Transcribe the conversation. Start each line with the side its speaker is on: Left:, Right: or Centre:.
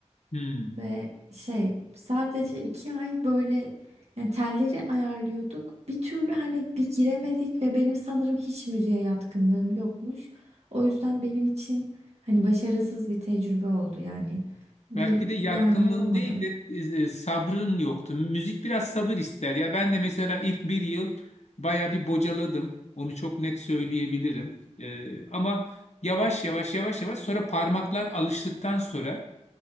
Left: Hmm.
Right: Ve şey sadece iki ay böyle yani telleri ayarlıyorduk. Bir türlü hani bir giremedik ve benim sanırım hiç müziğe yatkınlığım yokmuş. O yüzden benim için hani başarısız bir tecrübe oldu yani. Bir
Left: Belki de yatkınlığın
Right: yani yapamadım.
Left: değil de e, sabrın yoktu. Müzik biraz sabır ister. Ya ben de mesela ilk bir yıl baya bir bocaladım. Onu çok net söyleyebilirim. E, ama yavaş yavaş yavaş yavaş sonra parmaklar alıştıktan sonra